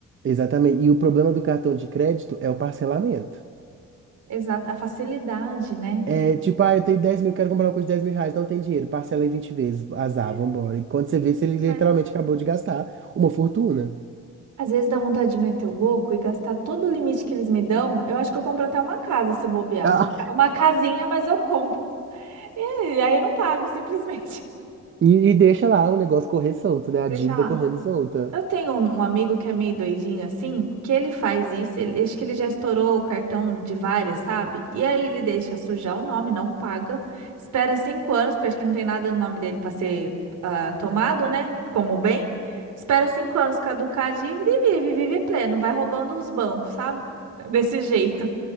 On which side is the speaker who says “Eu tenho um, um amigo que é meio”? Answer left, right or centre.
Right